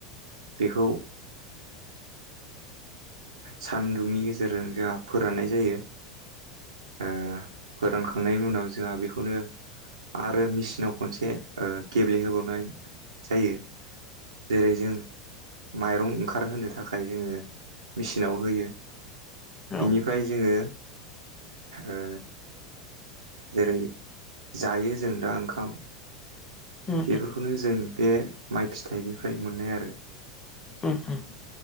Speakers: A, on the right; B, on the left.
A: बेखौ ओ- सान्दुंनि गेजेरजों जोंहा फोराननाय जायो, ओ फोरानखांनायनि उनाव जोंहा बेखौनो आरो मेचिनाव खनसे ओ गेब्लेहोबावनाय जायो। जेरै जों माइरं ओंखारहोनो थाखाय जोंङो मेचिनाव होयो।
B: उम
A: बिनिफ्राय जोङो ओ जेरै जायो जों दा ओंखाम
B: उम
A: बेफोरखौनो जों बे माइ फिथाइनिफ्राय मोनो आरो।
B: उम उम।